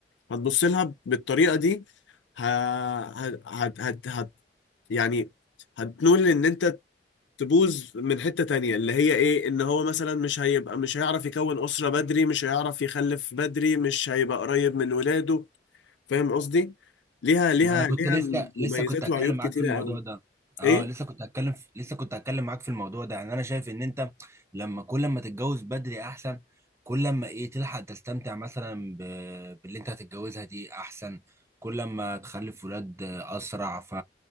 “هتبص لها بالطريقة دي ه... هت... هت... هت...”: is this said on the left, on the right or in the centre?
Left